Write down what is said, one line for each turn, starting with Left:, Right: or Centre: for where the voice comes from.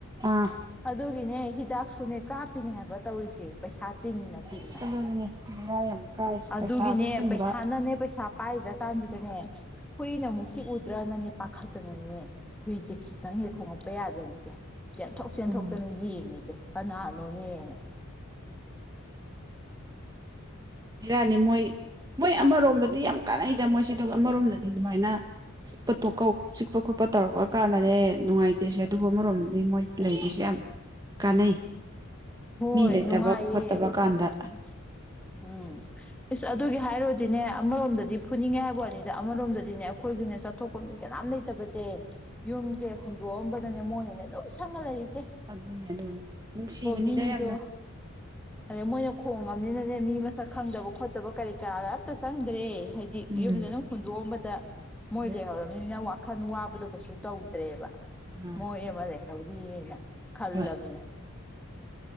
Right: ꯑꯥ
Centre: ꯑꯗꯨꯒꯤꯅꯦ ꯍꯤꯗꯥꯛꯁꯨꯅꯦ ꯀꯥꯞꯄꯤꯅꯦ ꯍꯥꯏꯕ ꯇꯧꯔꯤꯁꯦ ꯇꯤꯡꯅ ꯇꯤꯡꯅ
Right: ꯑꯁ ꯑꯗꯨꯅꯤꯅꯦ ꯕꯦꯔꯥ ꯌꯥꯝ ꯀꯥꯏꯁꯦ
Centre: ꯑꯗꯨꯒꯤꯅꯦ
Right: ꯄꯩꯁꯥꯁꯨ ꯇꯤꯡꯕ
Centre: ꯄꯩꯁꯥꯅꯅꯦ ꯄꯩꯁꯥ ꯄꯥꯏꯗ꯭ꯔꯀꯥꯟꯁꯤꯗꯅꯦ ꯍꯨꯏꯅ ꯑꯃꯨꯛ ꯆꯤ ꯎꯗ꯭ꯔꯅꯅꯦ ꯄꯥꯈꯠꯇꯅꯅꯤꯅꯦ ꯍꯨꯏꯁꯦ ꯈꯤꯇꯪ ꯍꯦꯛ ꯈꯣꯉꯛꯄ ꯌꯥꯗ꯭ꯔꯦ <unintelligible> ꯆꯦꯟꯊꯣꯛ ꯆꯦꯟꯊꯣꯛꯇꯅ
Right: ꯎꯝ
Centre: ꯌꯦꯡꯉꯤꯁꯦ ꯀꯅꯥꯅꯣꯅꯦꯅ
Right: ꯕꯦꯔꯥꯅꯤ ꯃꯣꯏ ꯃꯣꯏ ꯑꯃꯔꯣꯝꯗꯗꯤ ꯌꯥꯝ ꯀꯥꯟꯅꯩꯗ ꯃꯣꯏꯁꯦ ꯑꯗꯨꯒ ꯑꯃꯔꯣꯝꯗꯗꯤ ꯑꯗꯨꯃꯥꯏꯅ ꯆꯤꯛꯇꯧ ꯆꯤꯛꯄ ꯈꯣꯠꯄ ꯇꯧꯔꯛꯄ ꯀꯥꯟꯗꯅꯦ ꯅꯨꯡꯉꯥꯏꯇꯦꯁꯦ ꯑꯗꯨꯕꯨ ꯑꯃꯔꯣꯝꯗꯗꯤ ꯃꯣꯏ ꯂꯩꯔꯤꯁꯦ ꯌꯥꯝ ꯀꯥꯟꯅꯩ
Centre: ꯍꯣꯏ
Right: ꯃꯤ ꯂꯩꯇꯕ
Centre: ꯅꯨꯡꯉꯥꯏꯌꯦ
Right: ꯈꯣꯠꯇꯕ ꯀꯥꯟꯗ
Centre: ꯎꯝ ꯎꯝ ꯏꯁꯁ ꯑꯗꯨꯒꯤ ꯍꯥꯏꯔꯨꯔꯗꯤꯅꯦ ꯑꯃꯔꯣꯝꯗꯗꯤ ꯐꯨꯅꯤꯡꯉꯦ ꯍꯥꯏꯕ ꯋꯥꯅꯤꯗ ꯑꯃꯔꯣꯝꯗꯗꯤꯅꯦ ꯑꯩꯈꯣꯏꯒꯤꯅꯦ ꯆꯠꯊꯣꯛꯄ ꯃꯤ ꯀꯅꯥꯝ ꯂꯩꯇꯕꯁꯦ ꯌꯨꯝꯁꯦ ꯍꯨꯟꯗꯣꯛꯑꯝꯕꯗꯅꯦ ꯃꯣꯏꯅꯅꯦ ꯂꯣꯏ ꯁꯪꯉꯂꯩꯔꯤꯅꯦ
Right: <unintelligible> ꯅꯪ ꯁꯤꯕꯅꯤ
Centre: ꯃꯤꯗꯣ
Right: ꯈꯔꯥ ꯌꯥꯝꯅ
Centre: ꯑꯗꯩ ꯃꯣꯏꯅ ꯈꯣꯡꯉꯕꯅꯤꯅꯅꯦ ꯃꯤ ꯃꯁꯛ ꯈꯪꯗꯕ ꯈꯣꯠꯇꯕ ꯀꯔꯤ ꯀꯔꯥ ꯑꯝꯇ ꯆꯪꯗ꯭ꯔꯦ ꯍꯥꯏꯗꯤ
Right: ꯎꯝ
Centre: ꯌꯨꯝꯗꯅ ꯍꯨꯟꯗꯣꯛꯑꯝꯕ ꯇꯥ ꯃꯣꯏ
Right: ꯍꯣꯏ
Centre: ꯂꯩꯍꯧꯔꯕꯅꯤꯅ <unintelligible> ꯈꯟ ꯋꯥꯕꯗꯣ ꯀꯩꯁꯨ ꯇꯧꯗ꯭ꯔꯦꯕ
Right: ꯑꯥ
Centre: <unintelligible> ꯍꯧꯔꯤꯌꯦꯅ ꯈꯜꯂꯕꯅꯤꯅ
Right: ꯍꯣꯏ